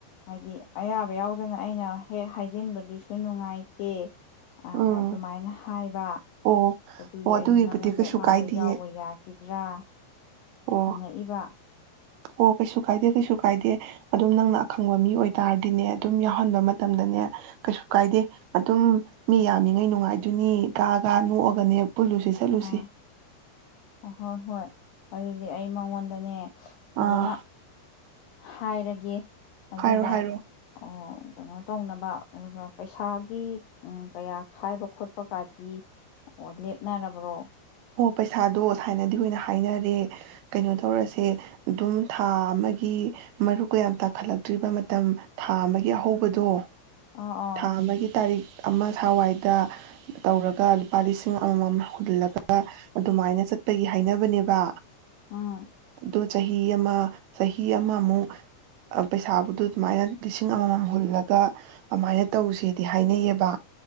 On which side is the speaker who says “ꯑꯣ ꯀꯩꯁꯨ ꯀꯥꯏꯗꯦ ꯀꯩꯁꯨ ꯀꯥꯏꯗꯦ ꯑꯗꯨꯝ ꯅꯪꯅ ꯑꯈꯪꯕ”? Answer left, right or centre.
Right